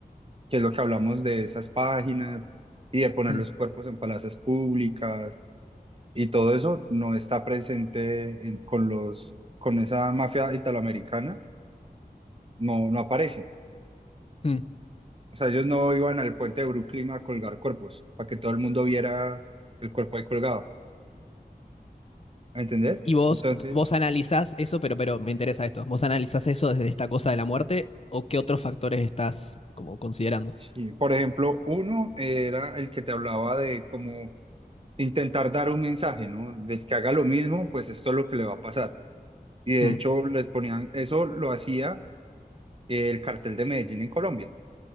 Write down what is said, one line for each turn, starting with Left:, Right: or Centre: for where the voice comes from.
Right: que es lo que hablamos de esas páginas y de poner
Left: Mm.
Right: los cuerpos en plazas públicas y todo eso no está presente en- con los, con esa mafia italoamericana, no, no aparece.
Left: Mm.
Right: O sea, ellos no iban al puente de Brooklyn a colgar cuerpos para que todo el mundo viera el cuerpo ahí colgado, ¿me ¿entendés?
Left: Y vos,
Right: Entonces,
Left: vos analizás eso, pero, pero me interesa esto. ¿Vos analizás eso desde esta cosa de la muerte o qué otros factores estás como considerando?
Right: sí, por ejemplo, uno era el que te hablaba de cómo intentar dar un mensaje, ¿no? Del que haga lo mismo, pues esto es lo que le va a pasar. Y de
Left: Mm,
Right: hecho, les ponían, eso lo hacía eh, el cartel de Medellín en Colombia.